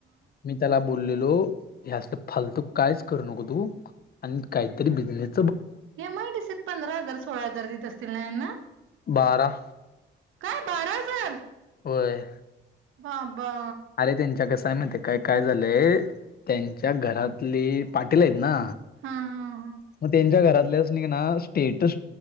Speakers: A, on the left (about 50°); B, on the right (about 80°).
A: मी त्याला बोललेलो. हे असलं फालतू कायच करू नको तू आणि काहीतरी बिझनेस
B: एम आयडीसीत पंधरा हजार सोळा हजार देत असतील ना यांना?
A: बारा.
B: काय बारा हजार?
A: होय.
B: बाबा!
A: अरे त्यांच्या कसं आहे माती काय काय झालंय त्यांच्या घरातली पाटील आहेत ना.
B: हा हा हा
A: मग त्यांच्या घरातल्याच तेना स्टेटस